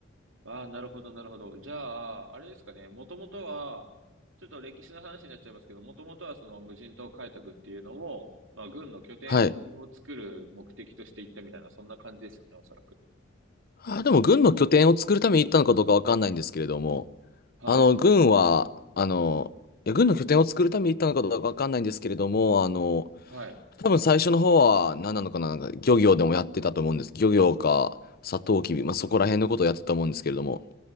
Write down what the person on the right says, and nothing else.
ああ、なるほど、なるほど。じゃあ、あれですかね、もともとは、ちょっと歴史の話になっちゃいますけど、もともとはその無人島開拓っていうのを、まあ、軍の拠点を作る目的としていったみたいな、
そんな感じですよね、おそらく。
はい。
はい。